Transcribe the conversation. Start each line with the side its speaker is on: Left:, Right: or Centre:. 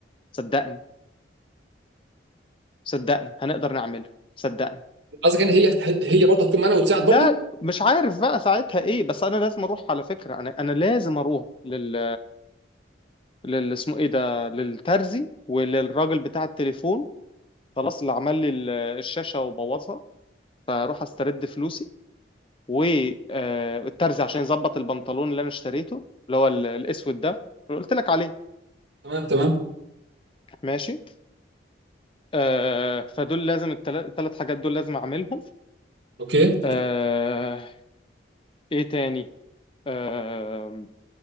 Left: صدقني صدقني هنقدر نعملها صدقني
Right: قصدك ان هي هي برضه هتكون معانا وتساعد
Left: لا
Right: برضه
Left: مش عارف بقى ساعتها ايه بس انا لازم اروح على فكره انا انا لازم اروح لل لل اسمه ايه ده للترزي وللراجل بتاع التليفون خلاص اللي عمل لي ال- الشاشه وبوظها فاروح استرد فلوسي والترزي عشان يظبط البنطلون اللي انا اشتريته اللي هو ال- الاسود ده اللي قلت لك عليه
Right: تمام تمام
Left: ماشي آه فدول لازم الثلاث حاجات دول لازم اعملهم
Right: اوكي انت
Left: آه ايه تاني آه،